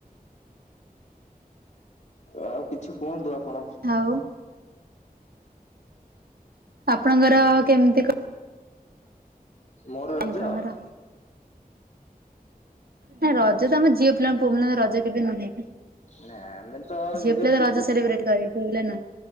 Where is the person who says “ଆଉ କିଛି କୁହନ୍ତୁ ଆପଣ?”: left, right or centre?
Left